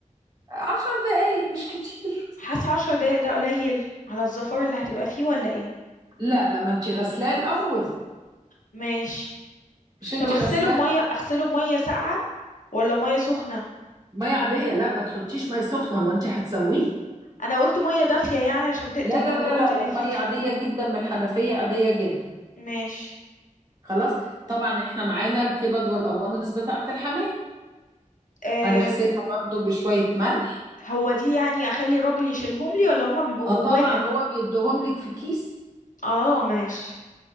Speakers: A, on the right (about 30°); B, on the left (about 75°).
A: عشر دقايق مش كتير
B: حاسه عشر دقايق ده قليل على الزفارة اللي هتبقى فيه ولا ايه
A: لا لا ما انت غسلاه الاول
B: ماشي
A: مش انت
B: طب اغسله
A: غسلاه
B: بميه اغسله بميه ساقعه ولا ميه سخنه
A: ميه عاديه لا ما تحطيش ميه سخنه هو انت هتسويه
B: انا قلت ميه دافيه يعني عشان تقتل
A: لا لا
B: الميكروبات
A: لا لا
B: اللي
A: لا
B: فيه
A: ميه
B: دي
A: عاديه جدا من الحنفيه عاديه جدا
B: ماشي
A: خلاص طبعا احنا معانا الكبد والقوانص بتاعه الحمام
B: آه،
A: هنغسلها برضو بشويه ملح
B: هو دي يعني اخلي الراجل يشيلهم لي ولا هما بيبقوا
A: اه
B: جواها
A: طبعا هو بيديهم لك في كيس
B: اه ماشي